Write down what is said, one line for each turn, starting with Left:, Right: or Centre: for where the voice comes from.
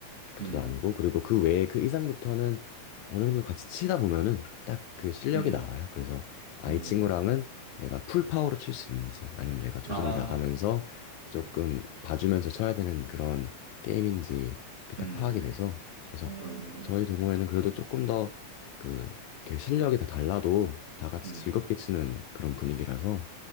Left: 이렇게
Right: 음.
Left: 또 나누고 그리고 그 외에 그 이상부터는 어느 정도 같이 치다 보면은 딱 그 실력이
Right: 음.
Left: 나와요. 그래서 아,
Right: 음.
Left: 이 친구랑은 내가 풀 파워로 칠 수 있는지 아니면 내가 조절해
Right: 아,
Left: 나가면서 조금
Right: 네.
Left: 봐주면서 쳐야 되는 그런 게임인지 이렇게 딱
Right: 음.
Left: 파악이 돼서 그래서
Right: 음. 음,
Left: 저희 동호회는 그래도 조금 더 그, 이렇게 실력이 다 달라도 다 같이
Right: 음.
Left: 즐겁게 치는 그런 분위기라서